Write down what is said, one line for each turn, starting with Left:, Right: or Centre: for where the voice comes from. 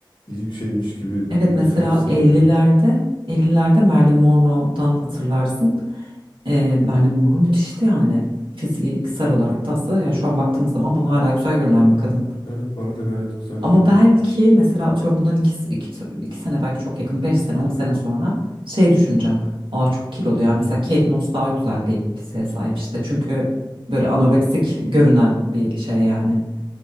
Left: iyi bir şeymiş gibi
Right: Evet
Left: e,
Right: mesela
Left: gösteriliyor.
Right: 50'lerde 50'lerde Marilyn Monroe'dan hatırlarsın. Eee Marilyn Monroe müthişti yani. Fiziksel olarak da aslında yani şu an baktığımız zaman bana hala güzel görünen bir kadın.
Left: Evet bana da gayet güzel
Right: Ama
Left: görünüyor.
Right: belki mesela atıyorum bundan iki, iki, iki sene belki çok yakın 5 sene 10 sene sonra şey düşüneceğim. Aa çok kilolu ya mesela Kate Moss daha güzel bir fiziğe sahip işte çünkü böyle anoreksik görünen bir şey yani